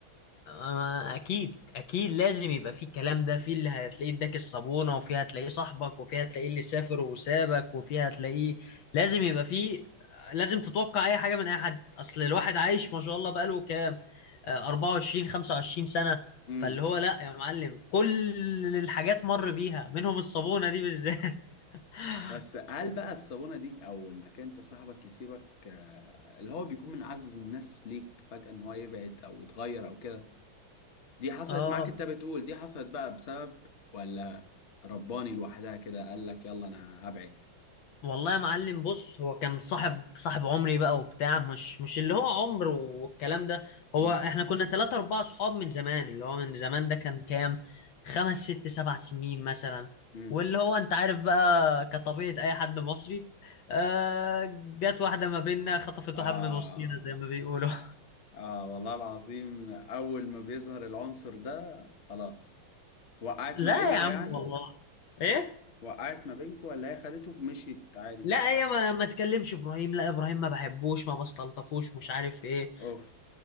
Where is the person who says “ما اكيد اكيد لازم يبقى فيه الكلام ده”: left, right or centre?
Left